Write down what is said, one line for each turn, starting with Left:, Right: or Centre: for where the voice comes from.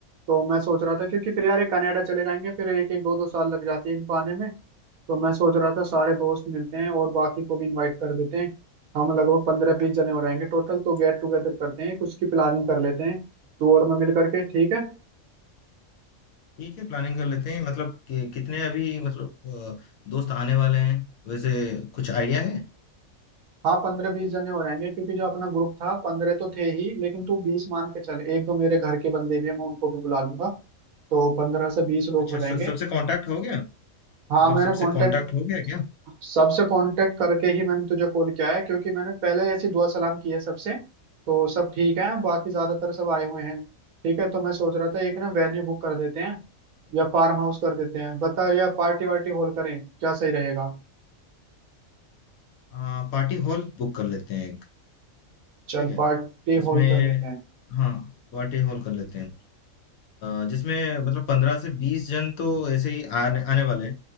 Right: तो मैं सोच रहा था क्योंकि फिर यार ये कनाडा चले जाएंगे फिर एक एक दो दो साल लग जाते हैं इनको आने में तो मैं सोच रहा था सारे दोस्त मिलते हैं और बाकी को भी इनवाइट कर देते हैं हम लगभग पंद्रह बीस जने हो रहेंगे टोटल तो गेट टुगेदर करते हैं कुछ की प्लानिंग कर लेते हैं टूर में मिल करके ठीक है
Left: ठीक है प्लानिंग कर लेते हैं मतलब कि, कितने अभी मतलब अ, दोस्त आने वाले हैं वैसे कुछ आइडिया है
Right: हाँ पंद्रह बीस जने हो रहेंगे क्योंकि जो अपना ग्रुप था पंद्रह तो थे ही लेकिन तू बीस मान के चल एक दो मेरे घर के बंदे भी हैं मैं उनको भी बुला लूंगा तो पंद्रह से बीस लोग
Left: अच्छा
Right: हो जाएंगे
Left: स- सबसे कांटेक्ट हो गया मतलब
Right: हाँ मैंने
Left: सबसे
Right: कांटेक्ट
Left: कांटेक्ट हो गया क्या
Right: सबसे कांटेक्ट करके ही मैंने तुझे कॉल किया है क्योंकि मैंने पहले ऐसी दुआ सलाम की है सबसे तो सब ठीक है बाकी ज्यादातर सब आए हुए हैं ठीक है तो मैं सोच रहा था एक ना वेन्यू बुक कर देते हैं या फार्म हाउस कर देते हैं बता या पार्टी वार्टी हॉल करें क्या सही रहेगा
Left: आ, पार्टी हॉल बुक कर लेते हैं एक
Right: चल
Left: ठीक है
Right: पार्टी
Left: उसमें
Right: हॉल कर लेते हैं
Left: हाँ पार्टी हॉल कर लेते हैं अ, जिसमें मतलब पंद्रह से बीस जन तो ऐसे ही आने आने वाले हैं